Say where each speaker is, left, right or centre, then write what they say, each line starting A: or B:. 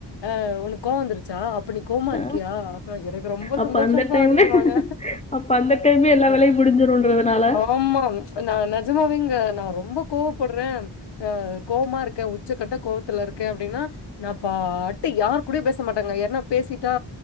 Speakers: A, on the left; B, on the left.
A: ஆ உனுக் கோவோ வந்துருச்சா அப்ப நீ கோவமா
B: ஆ
A: இருக்கியா அப்ப எனக்கு ரொம்ப
B: அப்ப
A: சந்தோஷப்பா
B: அந்த டைம்ல
A: அப்டினு வாங்க
B: அப்ப அந்த டைம்லயே எல்லா வேலையும்
A: <unintelligible>
B: முடிஞ்சிருன்றதுனால
A: ஆமா ஆஹ் நெஜமாவேங்க நா ரொம்ப கோவப்படுறே அஹ் கோவமா இருக்கே உச்சக்கட்ட கோவத்துல இருக்க அப்டின்னா நா பாட்டு யாரு கூடயு பேச மாட்டாங்க யார்ன்னா பேசிட்டா